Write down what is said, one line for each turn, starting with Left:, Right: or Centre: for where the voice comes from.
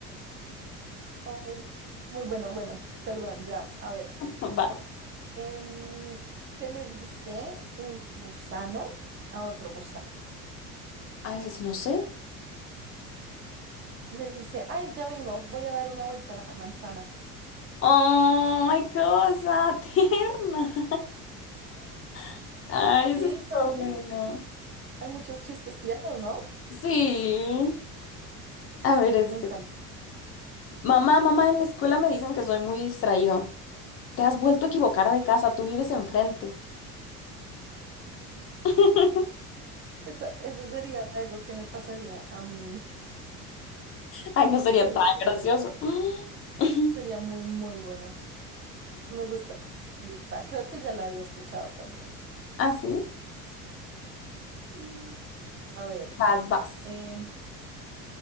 Right: ay, Muy bueno, bueno, perdón, ya, a ver.
Left: <laughs> Vas.
Right: Em, ¿qué le dice un gusano a otro gusano?
Left: Ay, ese sí no sé.
Right: Le dice, ay, ya vengo, voy a dar una vuelta a la manzana.
Left: ¡Ay, cosa tierna! <laughs> Ay,
Right: Sí,
Left: eso estuvo
Right: ¿sabes qué?
Left: bueno.
Right: Hay muchos chistes tiernos, ¿no?
Left: Sí. A ver, este.
Right: Me encanta.
Left: Mamá, mamá, en la escuela me dicen que soy muy distraído. Te has vuelto a equivocar de casa, tú vives enfrente. <laughs>
Right: Esa- Eso, sería algo que me pasaría a mí,
Left: Ay, no sería
Right: te lo
Left: tan
Right: juro.
Left: gracioso. <laughs>
Right: Sería muy, muy bueno. Me gusta, me gusta. Creo que ya lo había escuchado también.
Left: ¿Ah sí?
Right: Sí. A ver,
Left: Vas, vas.
Right: em,